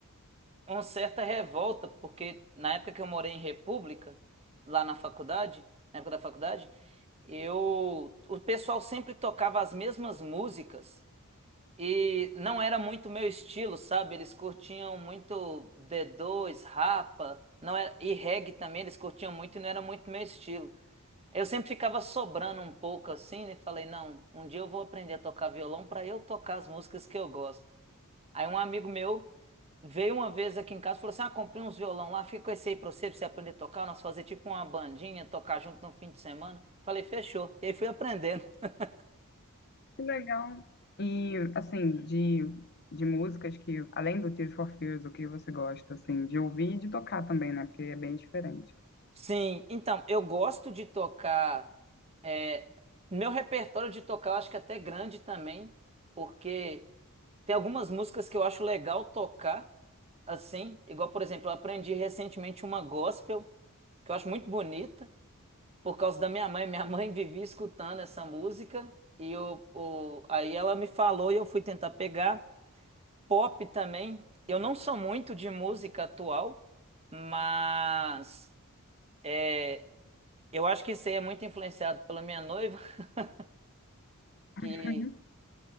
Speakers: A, on the right; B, on the left.
A: uma certa revolta, porque na época que eu morei em República, lá na faculdade, na época da faculdade, eu, o pessoal sempre tocava as mesmas músicas e não era muito meu estilo, sabe? Eles curtiam muito D2, Rapa, não era, e reggae também, eles curtiam muito e não era muito meu estilo. Eu sempre ficava sobrando um pouco assim e falei, não, um dia eu vou aprender a tocar violão para eu tocar as músicas que eu gosto. Aí um amigo meu veio uma vez aqui em casa e falou assim: Ah, comprei uns violão lá, fica com esse aí pra você, pra você aprender a tocar. Nós fazer tipo uma bandinha, tocar junto no fim de semana. Falei, fechou. E aí fui aprendendo. <laughs>
B: Que legal. E, assim, de, de músicas que, além do Tears for Fears, o que você gosta, assim, de ouvir e de tocar também, né? Porque é bem diferente.
A: Sim, então, eu gosto de tocar. é, meu repertório de tocar eu acho que é até grande também, porque tem algumas músicas que eu acho legal tocar, assim, igual, por exemplo, eu aprendi recentemente uma gospel, que eu acho muito bonita. por causa da minha mãe. Minha mãe vivia escutando essa música e eu, o- aí ela me falou e eu fui tentar pegar. Pop também. Eu não sou muito de música atual, mas é, eu acho que isso aí é muito influenciado pela minha noiva, <laughs> que,
B: Uhum.